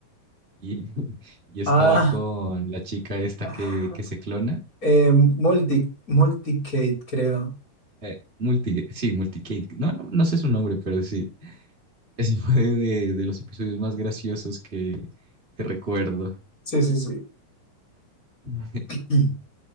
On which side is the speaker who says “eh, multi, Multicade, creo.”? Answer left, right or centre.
Left